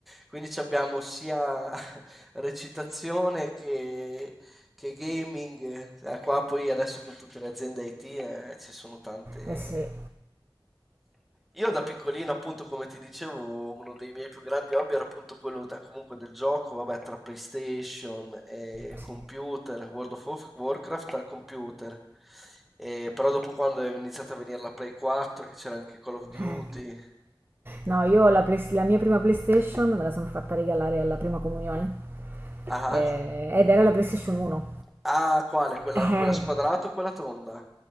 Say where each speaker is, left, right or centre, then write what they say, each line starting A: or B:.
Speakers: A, in the centre; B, on the right.
A: Quindi c'abbiamo sia <laughs> recitazione che che gaming. Eh, qua poi adesso con tutte le aziende IT, eh, ci sono tante...
B: Eh sì,
A: Io da piccolino, appunto, come ti dicevo, uno dei miei più grandi hobby era appunto quello da- comunque del gioco, vabbè, tra PlayStation e
B: sì.
A: computer, World of Warf- Warcraft al computer. Eh, però dopo quando è iniziata a venire la Play 4, che c'era anche Call of Duty.
B: Eh. No, io la, Play- la mia prima PlayStation me la sono fatta regalare alla prima comunione.
A: Ah.
B: Eh,
A: ah.
B: ed era la PlayStation 1.
A: Ah, quale? Quella,
B: Eh,
A: quella squadrata o quella tonda?